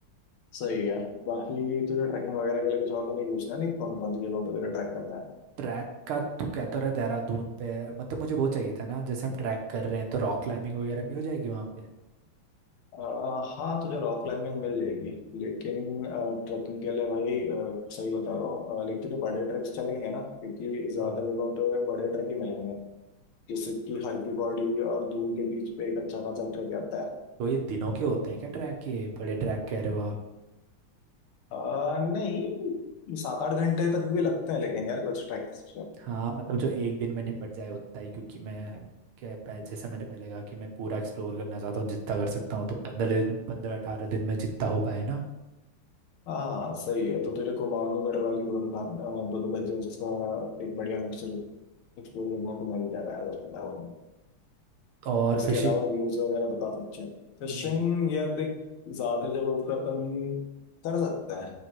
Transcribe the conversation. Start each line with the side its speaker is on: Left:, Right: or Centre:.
Left: सही है बाकी तुझे ट्रैकिंग वगैरह के लिए कुछ और तो नहीं पूछना है, नहीं कौन कौन सी जगहों पर तुझे ट्रैक करना है
Right: ट्रैक का तू कहता रहा देहरादून पे मतलब मुझे वो चाहिए था ना जैसे हम ट्रैक कर रहे हैं तो रॉक क्लाइंबिंग वगैरह भी हो जाएगी वहाँ पे
Left: आ, हाँ तुझे रॉक क्लाइंबिंग मिल जाएगी लेकिन ट्रैकिंग के लिए भाई अ, सही बता रहा हूँ अ, लेकिन तो बड़े ट्रैक्स चलेंगे ना क्योंकि ज्यादा
Right: हाँ
Left: जगहों पे बड़े ट्रैक ही मिलेंगे जैसे कि हर की पौड़ी और दून के बीच पे एक अच्छा खासा ट्रैक आता है
Right: तो ये दिनों के होते हैं क्या ट्रैक ये बड़े ट्रैक कह रहे हो आप
Left: अ, नहीं सात आठ घंटे तक भी लगते हैं लेकिन यार कुछ ट्रैक्स
Right: हाँ मतलब जो एक दिन में निपट जाए उतना ही क्योंकि मैं क्या पह- जैसे मैंने पहले कहा कि मैं पूरा एक्सप्लोर करना चाहता हूँ जितना कर सकता हूँ तो पंद्रह दिन पंद्रह अठारह दिन में जितना हो पाए ना
Left: हाँ हाँ सही है तो तेरे को मानवगढ़ वाली दोनों खान अ, दोनों कल्चर्स का एक बढ़िया मिक्सचर एक्सप्लोर करने को मिल जाएगा यार उस वृंदावन में
Right: और
Left: उसके
Right: फिशिंग
Left: अलावा व्यूज वगैरह तो काफी अच्छे हैं फिशिंग
Right: हम्म,
Left: यार देख ज्यादा जगहों पे अपन कर सकते हैं